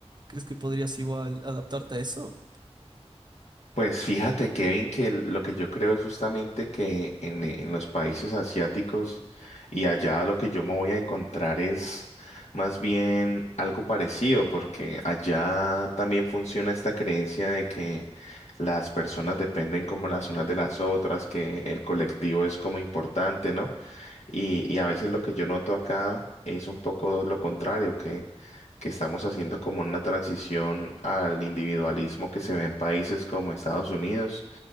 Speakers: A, on the right (about 40°); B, on the left (about 80°).
A: ¿Crees que podrías igual adaptarte a eso?
B: Pues fíjate, Kevin, que el- lo que yo creo es justamente que en, en los países asiáticos y allá lo que yo me voy a encontrar es más bien algo parecido, porque allá también funciona esta creencia de que las personas dependen como las unas de las otras, que el colectivo es como importante, ¿no? Y, y a veces lo que yo noto acá es un poco lo contrario, que, que estamos haciendo como una transición al individualismo que se ve en países como Estados Unidos.